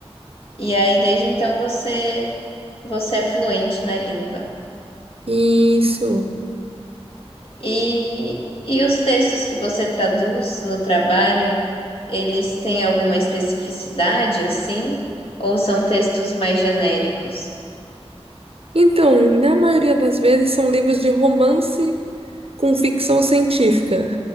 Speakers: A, on the left; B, on the right.
A: E aí, desde então, você, você é fluente na língua.
B: Isso.
A: E, e os textos que você traduz no trabalho, eles têm alguma especificidade assim? Ou são textos mais genéricos?
B: Então, na maioria das vezes são livros de romance com ficção científica.